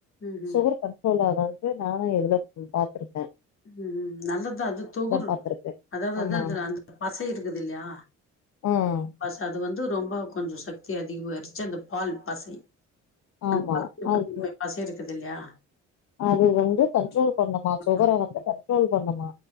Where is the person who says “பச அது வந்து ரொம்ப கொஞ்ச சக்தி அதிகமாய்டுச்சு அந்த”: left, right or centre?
Left